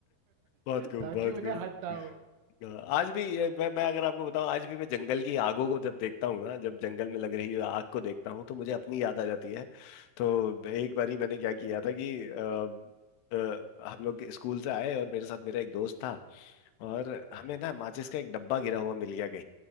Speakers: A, on the left; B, on the right.
A: बहुत खूब
B: ताकि
A: बहुत
B: उन्हें
A: खूब
B: हट ना हो
A: आज भी ये- मैं मैं अगर आपको बताऊं आज भी मैं जंगल की आगों को जब देखता हूँ ना जब जंगल में लग रही आग को देखता हूँ तो मुझे अपनी याद आ जाती है तो एक बारी मैंने क्या किया था कि अ, अ, हम लोग स्कूल से आए और मेरे साथ मेरा एक दोस्त था और हमें ना माचिस का एक डब्बा गिरा हुआ मिल गया